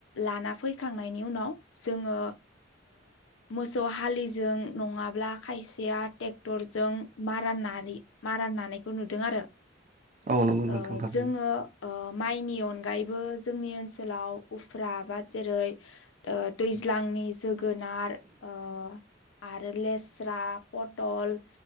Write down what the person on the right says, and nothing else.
औ नंगौ नोंथां।
थारैनो